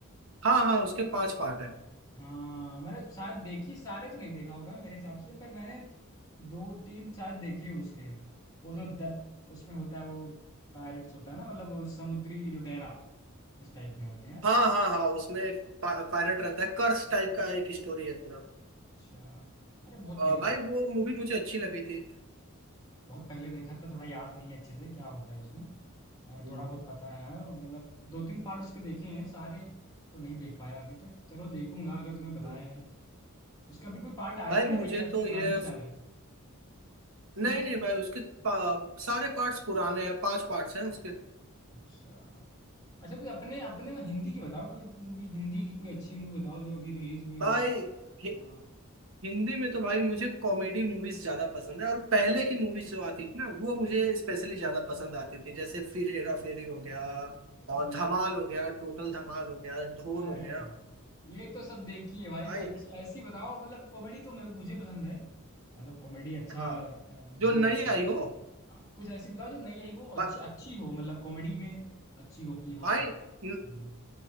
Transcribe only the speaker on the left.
हाँ मैंने शायद देखी सारे तो नहीं देखा होगा मेरे हिसाब से पर मैंने दो तीन शायद देखे उसके वो जो द, उसमें होता है वो पायरेट्स होता है ना मतलब वो समुद्री लुटेरा इस टाइप में होती है ना
अच्छा अरे बहुत
पहले
बहुत पहले देखा था थोड़ा याद नहीं है अच्छे से क्या होता है उसमें और
थोड़ा बहुत पता है हाँ, मतलब दो तीन पार्ट उसके देखे हैं सारे तो नहीं देख पाया अभी तक चलो देखूंगा अगर तुम्हें बताया
है उसका भी कोई पार्ट आया
है
अभी या फिर
पुराने
ही सारे
हम्म
अच्छा अच्छा कोई अपने अपने में हिंदी की बताओ कोई मूवी हिंदी की कोई अच्छी मूवी बताओ जो अभी रिलीज हुई हो
या
हाँ
हाँ
अरे
वाह ये तो सब देखी है भाई
कोई अच्छी ऐसी बताओ मतलब कॉमेडी तो मैं मुझे पसंद है मतलब कॉमेडी अच्छा
अ, मुझे
भी लगता
है
हाँ कुछ ऐसी बताओ जो नई आई हो और
अच्छी अच्छी हो मतलब कॉमेडी में अच्छी हो कि हाँ
हम्म,